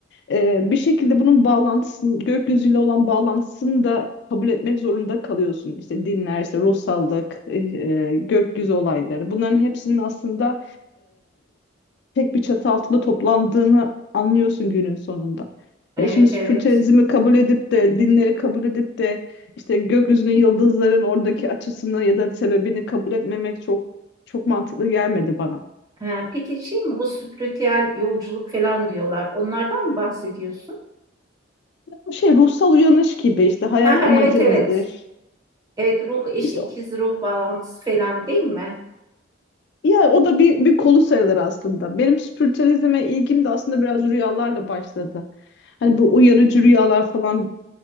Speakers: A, on the left; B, on the right.
A: e, bir şekilde bunun bağlantısını gökyüzüyle olan bağlantısını da kabul etmek zorunda kalıyorsun. İşte dinler, işte ruhsallık, e, e, gökyüzü olayları. Bunların hepsinin aslında tek bir çatı altında toplandığını anlıyorsun günün sonunda.
B: Evet
A: E şimdi spiritualizmi
B: evet.
A: kabul edip de dinleri kabul edip de işte gökyüzünün yıldızların oradaki açısını ya da sebebini kabul etmemek çok çok mantıklı gelmedi bana.
B: Ha, peki şey mi bu spiritüel yolculuk falan diyorlar. Onlardan mı bahsediyorsun? <laughs>
A: Bu şey ruhsal uyanış gibi işte hayat
B: Ha,
A: amacın
B: ha, evet evet.
A: nedir?
B: Evet ruh eşi
A: İşte
B: ikiz ruh bağlantısı falan değil mi?
A: Ya o da bir, bir kolu sayılır aslında. Benim spiritüalizme ilgim de aslında biraz rüyalarla başladı. Hani bu uyarıcı rüyalar falan